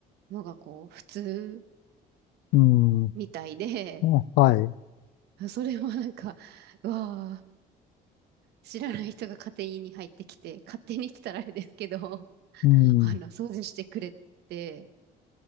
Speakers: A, on the right (about 75°); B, on the left (about 80°).
A: のがこう、普通
B: うん、
A: みたいで、
B: はい、
A: <laughs> それもなんか、<laughs> うわー知らない人が勝手に入ってきて、勝手にって言ったらあれですけど、<laughs>
B: うん、
A: あの、掃除してくれて、